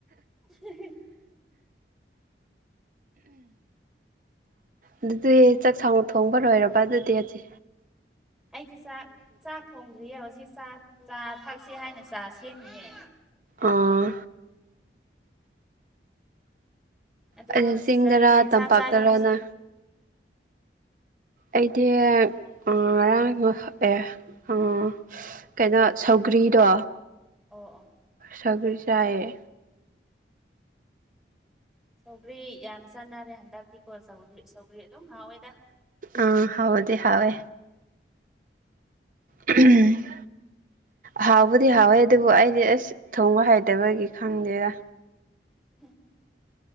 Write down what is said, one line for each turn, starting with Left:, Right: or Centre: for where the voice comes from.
Centre: <unintelligible>
Right: ꯑꯗꯨꯗꯤ ꯆꯥꯛ ꯁꯥꯡ ꯊꯣꯡꯕ ꯂꯣꯏꯔꯕ ꯑꯗꯨꯗꯤ ꯑꯗꯤ
Centre: ꯑꯩꯗꯤ ꯆꯥꯛ ꯆꯥꯛ ꯊꯣꯡꯗ꯭ꯔꯤꯌꯦ ꯍꯧꯖꯤꯛ ꯆꯥ ꯆꯥ ꯊꯛꯁꯦ ꯍꯥꯏꯅ ꯆꯥ ꯁꯦꯝꯃꯤꯅꯦ꯫
Right: ꯑꯥ
Centre: ꯑꯗꯣ
Right: ꯑꯩꯅ
Centre: ꯁꯤꯁꯇꯔꯗꯤ
Right: ꯆꯤꯡꯗꯔꯥ
Centre: ꯀꯩ ꯏꯟꯁꯥꯡ
Right: ꯇꯝꯄꯥꯛꯇꯔꯅ
Centre: ꯆꯥꯒꯦ ꯉꯁꯤ
Right: ꯑꯩꯗꯤ ꯑꯥ ꯉꯔꯥꯡ ꯉꯍ ꯑꯦ ꯑ ꯀꯩꯅꯣ ꯁꯧꯒ꯭ꯔꯤꯗꯣ
Centre: ꯑꯣ ꯑꯣ
Right: ꯁꯧꯒ꯭ꯔꯤ ꯆꯥꯢꯌꯦ
Centre: ꯁꯧꯒ꯭ꯔꯤ ꯌꯥꯝ ꯆꯥꯟꯅꯔꯦ ꯍꯟꯗꯛꯇꯤꯀꯣ ꯁꯧꯒ꯭ꯔꯤ ꯁꯧꯒ꯭ꯔꯤ ꯑꯗꯨꯝ ꯍꯥꯎꯋꯦꯗ꯫
Right: ꯑꯥ ꯍꯥꯎꯗꯤ ꯍꯥꯎꯋꯦ ꯎꯝ ꯍꯥꯎꯕꯨꯗꯤ ꯍꯥꯎꯋꯦ ꯑꯗꯨꯕꯨ ꯑꯩꯗꯤ ꯑꯁ ꯊꯣꯡꯕ ꯍꯥꯏꯇꯕꯒꯤ ꯈꯪꯗꯦꯗ꯫
Centre: <unintelligible>